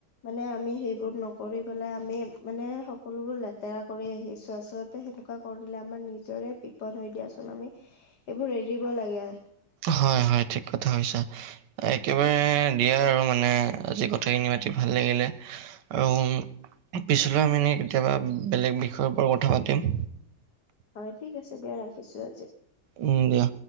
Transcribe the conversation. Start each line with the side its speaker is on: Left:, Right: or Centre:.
Left: মানে আমি সেইবোৰ ন- কৰি পেলাই আমি মানে সকলোবোৰ লেতেৰা কৰি আহিছো আচলতে সেনেকুৱা কৰিলে আমাৰ নিজৰে বি- পদ হৈ দিয়াচোন আমি এইবোৰ এৰিব লাগে।
Right: হয় হয় ঠিক কথা কৈছা। একেবাৰে দিয়া আৰু মানে আজি কথাখিনি পাতি ভাল লাগিলে। আৰু পিছলে আমি কেতিয়াবা বেলেগ বিষয়ৰ ওপৰত কথা পাতিম।
Left: হয় ঠিক আছে দিয়া ৰাখিছো আজি।
Right: উম দিয়া।